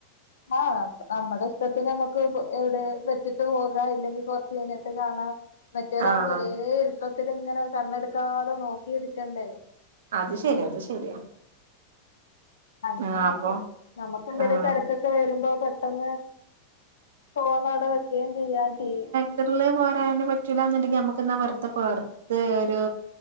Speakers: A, on the left; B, on the right.
A: ആഹ് നമ് നമ്മടെ ഇഷ്ട്ടത്തിന് നമ്മക്ക് എവിടെ വെച്ചിട്ട് പോകാം ഇല്ലെങ്കി കൊറച്ച് കഴിഞ്ഞിട്ട് കാണാം മറ്റേതാകുമ്പോ
B: ആഹ്
A: ഒരേ ഇരുത്തത്തിലിങ്ങനെ കണ്ണെടുക്കാതെ നോക്കി ഇരിക്കണ്ടെ
B: അത് ശരിയാ അത് ശരിയാ
A: അങ്ങനയൊക്കെ
B: ആഹ് അപ്പൊ
A: നമ്മക്ക് എന്തേലും
B: ആഹ്
A: തെരക്കൊക്കെ വരുമ്പോ പെട്ടെന്ന് ഫോണവിടെ വെക്കേം ചെയ്യാ ടി
B: റ്റിയറ്ററിൽ പോരാൻ പിന്നെ പറ്റൂലാന്നുണ്ടെങ്കില് നമ്മക്ക് എന്നാ വെറുതെ പൊറത്ത് ഒരു